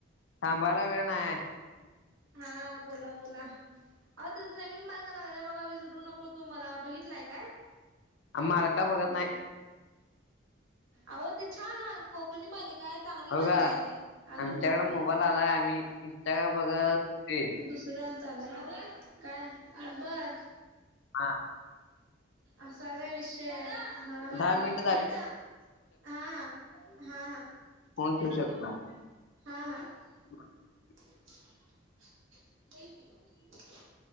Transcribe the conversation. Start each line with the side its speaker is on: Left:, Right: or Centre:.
Left: थांबायला वेळ नाही आहे <inaudible>
Right: हा बोला बोला अहो तेच्यात नवीन मालिका लागल्या बघा विसरू नको तू मला बघितलाय का.
Left: आम्ही मालिका बघत नाही
Right: अहो ती छान कोकणी मालिका आहे. चांगली
Left: हो
Right: मालिका
Left: का
Right: आहे ती अजून
Left: आमच्याकडे
Right: पाच मिनटात
Left: मोबाईल आलाय आम्ही इंस्टाग्राम बघत होते.
Right: दुसऱ्यावर चालू आहे काय बघ.
Left: हा
Right: असाय होय विषय. हा
Left: दहा मिनट
Right: <unintelligible> हा हा हा हा
Left: फोन ठेवू शकता.
Right: हा हा
Left: <inaudible>
Right: <inaudible> उठलय की